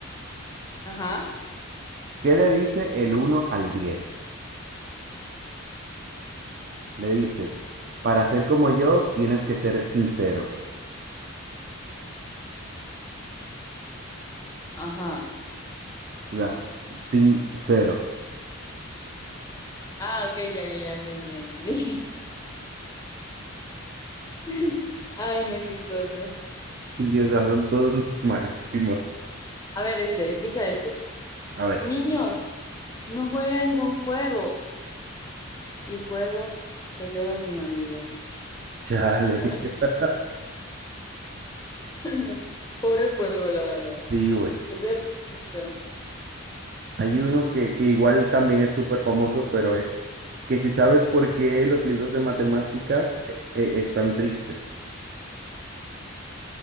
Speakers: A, on the left; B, on the right.
A: Ajá,
B: ¿Qué le dice el uno al diez Le dice, para ser como yo tienes que ser sincero.
A: ajá.
B: O sea, sincero.
A: Ah, ok, ya, ya, ya entendí, ya entendí. <laughs> Ay, no, qué cosas.
B: Sí, o sea, son todos <laughs> malísimos.
A: A ver, este, escucha este.
B: A ver,
A: Niños. No jueguen con fuego. Y fuego se quedó sin amigos.
B: chale.
A: <laughs> Ay,
B: <laughs>
A: no. Pobre fuego, la verdad.
B: Sí, güey.
A: ¿Qué te parece?
B: Hay uno que, que igual también es súper famoso, pero es que si sabes por qué los libros de matemáticas eh, eh, están tristes.